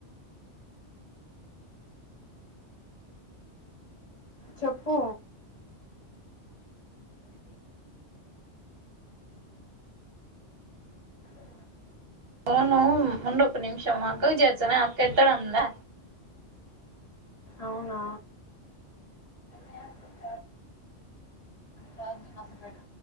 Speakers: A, on the left; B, on the right.
A: చెప్పు అ
B: ఫోను ఉండు ఒక నిమిషం మ
A: ఉమ్,
B: అక్కకు చేసేనే అక్క ఎత్తడంలే
A: అవునా చార్జంగ్ చార్జింగ్ కాస పెట్